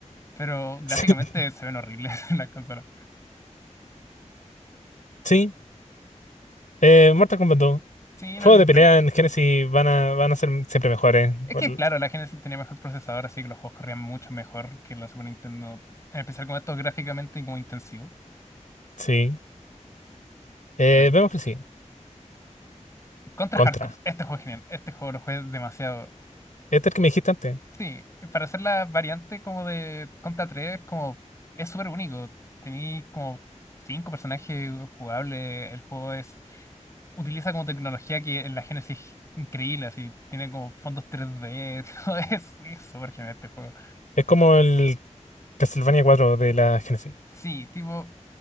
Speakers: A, on the left; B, on the left.
A: pero gráficamente
B: <laughs>
A: se ven horribles <laughs> en las consolas.
B: Sí. Eh, Mortal Kombat 2.
A: Sí,
B: Juegos
A: no hay mucho.
B: de pelea
A: que-
B: en Genesis van a, van a ser siempre mejores.
A: Es
B: Por-
A: que claro, la Genesis tenía mejor procesador, así que los juegos corrían mucho mejor que la Super Nintendo, en especial como esto gráficamente y como intensivo.
B: Sí. Eh,
A: Bueno,
B: vemos que sí.
A: contra
B: Contra.
A: Hardcore, este juego es genial, este juego lo jugué demasiado.
B: Este es el que me dijiste antes.
A: Sí, para hacer la variante como de Contra tres como es súper único. Tení como cinco personajes jugables. El juego es utiliza como tecnología que en la Genesis es increíble, así tiene como fondos 3D, <laughs> todo eso, es súper genial este juego.
B: Es como el Castlevania cuatro de la Genesis.
A: Sí, tipo